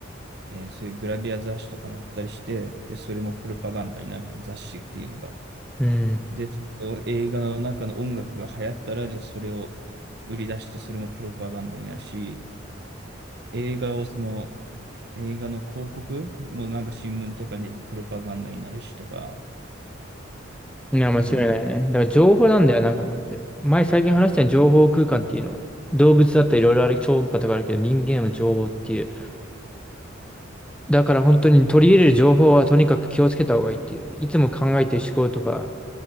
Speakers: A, on the right; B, in the centre.
A: えーそういうグラビア雑誌とか載ったりして、で、それもプロパガンダになるじゃん、雑誌っていうのが。
B: うん。う
A: で、それを映画の中の音楽が流行ったら、じゃあそれを売り出して、それもプロパガンダになるし、映画をその、映画の広告もなんか新聞とかに出てプロパガンダになるしとか、
B: ん。いや、間違いないね。
A: なんだろ
B: だから情報なんだよ、
A: う、
B: なんかマジで。前最近話した情報空間っていうのは、動物だったらいろいろある、超音波とかあるけど、人間は情報っていう。だから本当に取り入れる情報はとにかく気をつけた方がいいっていう。いつも考えてる思考とか、